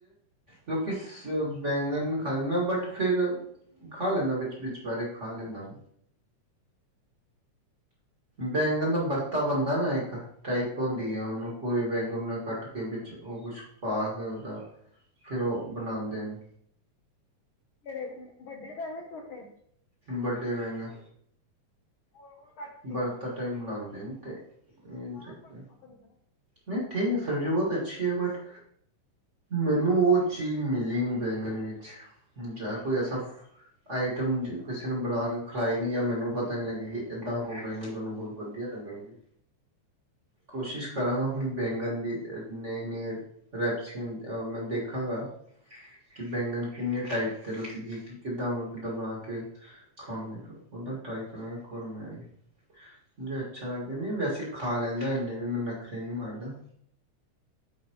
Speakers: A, on the right; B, on the left.
A: ਲੋਕੀ ਸ ਬੈਂਗਨ ਖਾਂਦਾ ਬਟ ਫਿਰ ਖਾ ਲੈਂਦਾ ਵਿੱਚ, ਵਿਚ ਬਾਰੇ ਖਾ ਲੈਂਦਾ। ਬੈਂਗਣ ਦਾ ਵਰਤਾ ਬਣਦਾ ਨਾ ਇੱਕ ਟਾਈਪ ਹੁੰਦੀ ਆ ਉਹਨੂੰ ਪੂਰੇ ਬੈਂਗਨ ਨੇ ਕੱਟ ਕੇ ਵਿੱਚ ਉਹ ਕੁਛ ਪਾ ਕੇ ਉਹਦਾ ਫਿਰ ਉਹ ਬਣਾਉਦੇ ਨੇ।
B: ਜਿਹੜੇ ਵੱਡੇ ਭੈਣ, ਛੋਟੇ।
A: ਵੱਡੇ ਬੈਂਗਣ
B: ਗੋਲ ਗੋਲ ਕੱਟ ਕੇ
A: ਵਰਤਾ ਟਾਈਪ ਬਣਾਉਂਦੇ ਨੇ ਤੇ। ਇਹ
B: ਹਹ
A: ਚੱਕਰ
B: ਪੜ ਬੰ <unintelligible>
A: ਨਹੀਂ ਠੀਕ ਹੈ ਸਬਜ਼ੀ ਬਹੁਤ ਅੱਛੀ ਹੈ ਬਟ ਮੈਨੂੰ ਉਹ ਚੀਜ਼ ਮਿਲੀ ਨਹੀਂ ਬੈਂਗਣ ਵਿੱਚ ਜਾਂ ਕੋਈ ਐਸਾ ਆਈਟਮ ਕਿਸੇ ਨੇ ਬਣਾ ਕੇ ਖਿਲਾਈ ਨਹੀਂ ਜਾਂ ਮੈਨੂੰ ਪਤਾ ਨਹੀਂ ਲੱਗਿਆ ਕਿ ਇੱਦਾਂ ਹੋਵੇਏਆਂ ਤੁਹਾਨੂੰ ਬਹੁਤ। ਵਧੀਆ ਲੱਗਣ ਜੀ।
B: <unintelligible>
A: ਕੋਸ਼ਿਸ਼। ਹੁਣ ਬੈਂਗਣ ਦੀ ਨਈ ਨ ਰੈਪਸ ਮੈਂ, ਦੇਖਾਂਗਾ ਕਿ ਬੈਂਗਨ ਕੀ ਕਿੰਨੇ ਟਾਈਪ ਦੇ ਲੋਕ ਕਿੱਦਾਂ -ਕਿੱਦਾਂ ਬਣਾ ਕੇ ਖਾਂਦੇ ਓਦਾ ਟਰਾਈ ਕਰਾਂਗੇ ਇਕ ਵਾਰ ਮੈਂ ਵੀ। ਜੇ ਅੱਛਾ ਲੱਗਾ ਨੀ ਵੈਸੇ ਖਾ ਲੈਂਦਾ ਇਨੇ ਵੀ ਮੈਂ ਨਖਰੇ ਨੀ ਮਾਰਦਾ।